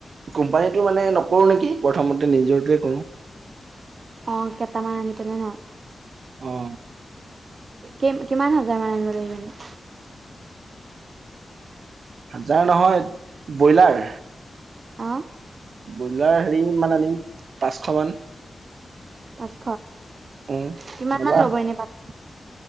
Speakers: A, on the right; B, on the right.
A: কোম্পানীটো মানে নকৰোঁ নেকি, প্ৰথমতে নিজৰটোৱে কৰোঁ।
B: অ, কেইটামান আনিকিনে ন
A: অ
B: কে কিমান হাজাৰ মান আনিব লাগিব এনে?
A: হাজাৰ নহয়, ব্ৰইলাৰ
B: অহ
A: ব্ৰইলাৰ হেৰি মান আনিম, পাঁচশ মান।
B: পাঁচশ,
A: উম
B: কিমান
A: ল'বা
B: মান ল'ব এনে পাঁচশ